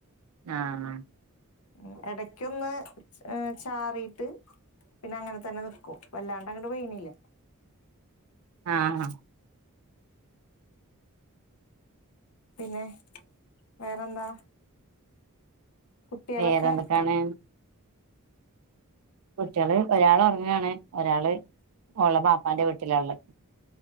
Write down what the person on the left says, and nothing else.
ഉം എടക്കൊന്ന് ഏ ചാറിട്ട് പിന്നെ അങ്ങനെ തന്നെ നിക്കും വല്ലാണ്ടങ്ങട് പെയ്യ്ണില്ല
പിന്നെ വേറെന്താ കുട്ടികളൊക്കെ